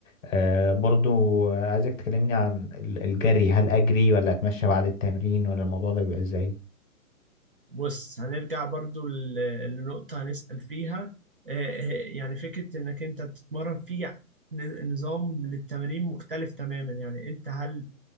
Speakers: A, on the left; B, on the right.
A: آه، برضو عايزك تكلمني عن ال- الجري هل اجري ولا اتمشى بعد التمرين ولا الموضوع ده بيبقى ازاي
B: بص هنرجع برضو ل- لنقطة هنسأل فيها آه، آه، يعني فكرة انك انت بتتمرن في ن- نظام للتمارين مختلف تماما يعني انت هل